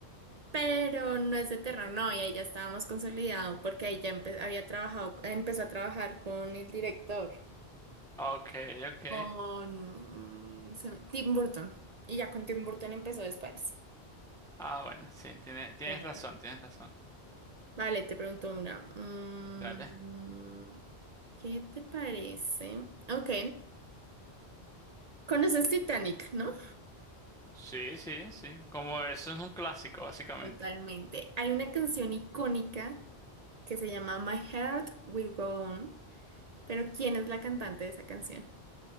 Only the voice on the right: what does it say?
Pero no es de terror, no, y ahí ya estábamos consolidado porque ahí ya empe- había trabajado, empezó a trabajar con el director,
con mm, se me- Tim Burton, y ya con Tim Burton empezó después.
Mira,
pues.
Vale, te pregunto una. mm,
¿Qué te parece? Ok. Conoces Titanic, ¿no?
Totalmente. Hay una canción icónica que se llama My Heart Will Go On, pero ¿quién es la cantante de esa canción?